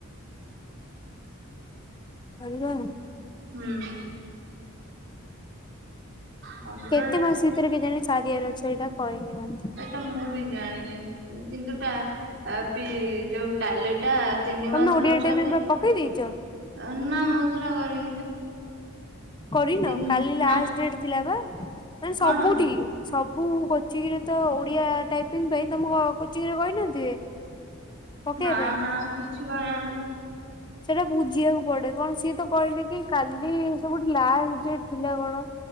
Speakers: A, on the left; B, on the right.
A: ହାଲୋ।
B: ହୁଁ। କମ୍ପ୍ୟୁଟର
A: କେତେ ମାସ
B: ଟା
A: ଭିତେରେ କେଜାଣି ସାରିବାର ଅଛି ଏଇଟା କହିନାହାନ୍ତି?
B: ସେଟା ମୁଁ ବି ଜାଣିନି କିନ୍ତୁା ଟା ଅ ପି ଯୋଉ ଟାଲିଟା ତିନି
A: ତମେ
B: ମାସ
A: ଓଡିଆ
B: ନଉଛନ୍ତି?
A: ଟା ବି ବା ପକେଇ ଦେଇଛ
B: ଏଁ ନା ମୁଁ ସେଟା କରିନି।
A: କରିନ
B: ତିନି
A: କାଲି ଲାଷ୍ଟ
B: ନା
A: ଡ଼େଟ ଥିଲା ବା ମାନେ ସବୁ
B: କଣ
A: ଠିକି ସବୁ କୋଚିଂ ରେ ତ ଓଡ଼ିଆ ଟାଇପିଙ୍ଗ ପାଇଁ ତମୁକୁ ଅ କୋଚିଂରେ କହିନଥିବେ? ପକେଇବା
B: ନା
A: ପାଇଁ
B: ନା କିଛି କହିନାହାନ୍ତି।
A: ସେଟା ବୁଝିବାକୁ ପଡ଼େ କଣ ସିଏ ତ କହିଲେ କି କାଲି ସବୁଠି ଲାଷ୍ଟ ଡେଟ ଥିଲା କଣ